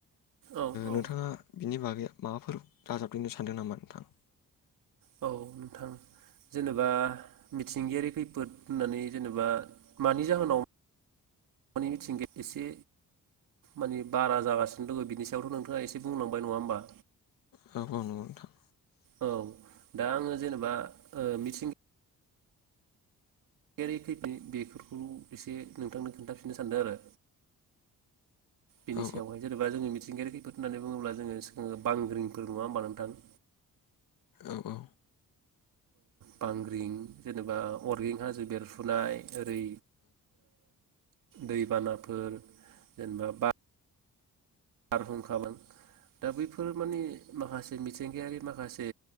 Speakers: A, on the right (about 75°); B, on the left (about 80°).
A: औ औ
B: नोंथाङा बिनि बागै माबाफोर दाजाब देरनो सानदों नामा नोंथां।
A: औ नोंथां जेनेबा मिथिंगायारि खैफोद होननानै जेनेबा मानि जाहोनाव। <unintelligible> मिथिंगाया एसे माने बारा जागासिनो दंङ बिनि सायावथ' नोंथाङा एसे बुंलांबाय नंङा होमबा
B: औ नंगौ नोंथां
A: औ दा आंङो जेनेबा मिथिंग गायारि खैफोद बेखौ एसे नोंथांनो खोनथागोन बिनो सन्देह आरो बिनि
B: औ
A: सायावहाय जेनेबा जोंनि मिथिंगायारि गफोर होननानै बुंङोब्ला <unintelligible> सि बांग्रिंफोर नङा होमबा नोंथां
B: औ औ
A: बांग्रिं जेनेबा अरगेंहाजो बेरफुनाय ओरै दैबानाफोर जेनेबा बा बारहुंखा <unintelligible> दा बैफोर माने माखासे मिथिंगायारि माखासे